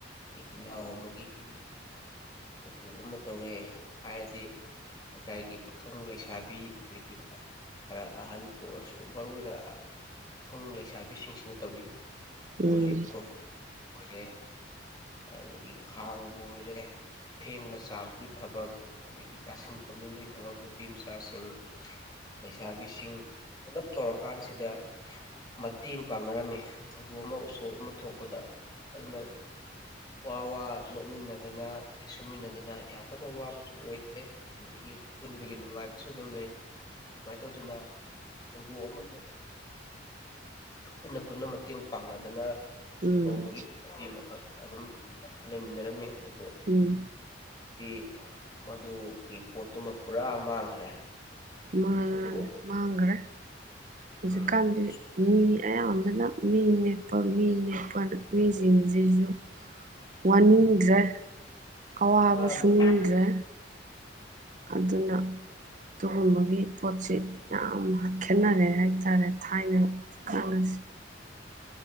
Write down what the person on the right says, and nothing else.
ꯎꯝ
ꯎꯝ
ꯎꯝ
ꯃꯥ
ꯃꯥꯥꯡꯒꯔ ꯍꯧꯖꯤꯛꯀꯥꯟꯗꯤ
ꯃꯤ ꯑꯌꯥꯝꯕꯅ ꯃꯤ ꯅꯦꯛ ꯃꯤꯅꯦ ꯃꯤ ꯁꯤꯡꯁꯤꯁꯨ ꯋꯥꯅꯤꯡꯗ꯭ꯔꯦ ꯑꯋꯥꯕ
ꯁꯨꯅꯤꯡꯗ꯭ꯔꯦ ꯑꯗꯨꯅ ꯑꯗꯨꯒꯨꯝꯕꯒꯤ ꯄꯣꯠꯁꯤ ꯌꯥꯝ ꯈꯦꯠꯅꯔꯦ ꯍꯥꯏꯇꯥꯔꯦ ꯍꯥꯏꯅ ꯈꯪꯅꯁꯤ